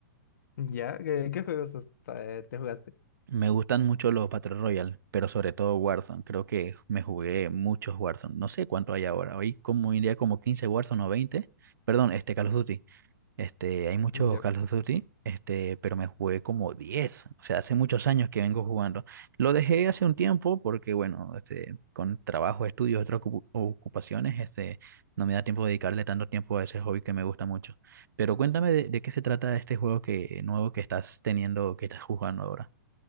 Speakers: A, on the left; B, on the right.
A: ¿Ya? ¿Qué, qué juegos has- te, te jugaste?
B: Me gustan mucho los Battle Royale, pero sobre todo Warzone. Creo que me jugué muchos Warzone. No sé cuánto hay ahora. Hoy como iría como quince Warzone o veinte. Perdón, este Call of Duty. Este, hay muchos
A: Ya.
B: Call of Duty, este, pero me jugué como 10 o sea, hace muchos años que vengo jugando. Lo dejé hace un tiempo porque, bueno, este, con trabajo, estudios, otras ocu- ocupaciones, este, no me da tiempo de dedicarle tanto tiempo a ese hobby que me gusta mucho. Pero cuéntame de, de qué se trata este juego que, nuevo que estás teniendo, que estás jugando ahora.